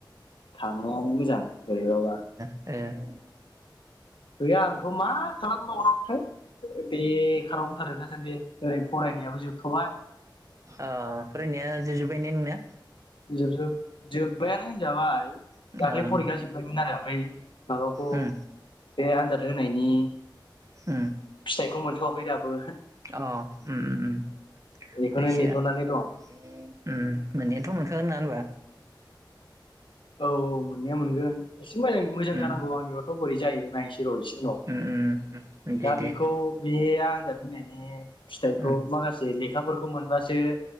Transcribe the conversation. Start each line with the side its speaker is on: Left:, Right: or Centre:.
Left: थांनायानो मोजां बोरहैबाबा।
Right: ए
Left: गैया आंथ' मा खालामबावनांगौथाय बेखाराव दं थारो दासान्दि ओरै फरायनायाबो जोबथ'बाय
Right: ओ फरायनाया जोबजोबबाय ने नोंना?
Left: जोबजोब जोब्बायानो होनजाबाय
Right: ओ
Left: दाख्लै फरिखाया जोबबायमोन आरो ओमफ्राय माबाखौ
Right: उम
Left: बे आनजाद होनायनि
Right: हम
Left: फिथाइखौ मोनथ'वाखै दाबो।
Right: अ उम उम
Left: बेखौनो
Right: जायखि जाया
Left: नेथ'नानै दं
Right: उम मोननायाथ' मोनखागोन नड़ा होनबा?
Left: औ औ मोननाया मोनगोन एसे मोजां मोजां
Right: उम
Left: जानांगौ आंनियावथ' बोरै जायो नायनोसै र' इसे उनाव।
Right: उम उम उम दे
Left: दा
Right: दे
Left: बेखौ बे आनजाद होनायनि फिथाइखौ
Right: उम
Left: माखासे लेखाफोरखौ मोनबासो